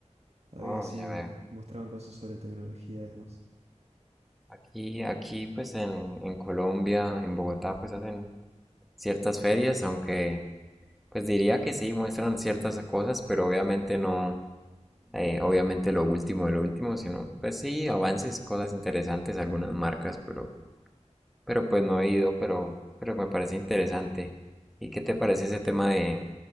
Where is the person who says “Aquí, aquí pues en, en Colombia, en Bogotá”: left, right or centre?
Centre